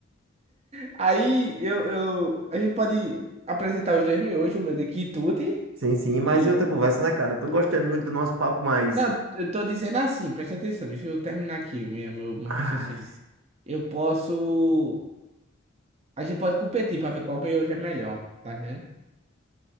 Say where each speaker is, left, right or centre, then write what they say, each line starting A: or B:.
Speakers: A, on the right; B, on the right.
A: Aí eu, eu, a gente pode apresentar os dois miojos, o meu de quitute
B: Sim, sim, mas
A: e.
B: em outra conversa, né, cara? Tô gostando muito do nosso papo, mas.
A: Não, eu tô dizendo assim, presta atenção, deixa eu terminar aqui minha, meu, meu
B: Ai,
A: raciocínio. Eu posso. A gente pode competir pra ver qual miojo é melhor, tá vendo?